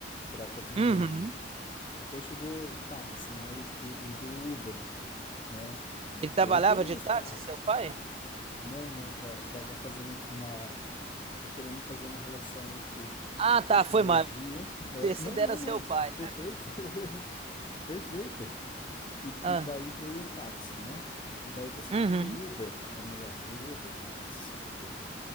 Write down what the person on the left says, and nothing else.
para a tecnologia.
Depois chegou o táxi, né? E, e veio o Uber, né?
Perdeu
o espaço.
Não, não, tá, tava fazendo uma. Eu tô querendo fazer uma relação entre
a
tecnologia.
É,
não, não,
não.
É perfeito. <laughs> perfeito. E,
e daí veio o táxi, né? E daí você
tem o Uber, ou melhor, veio o Uber, né? O táxi sempre teve.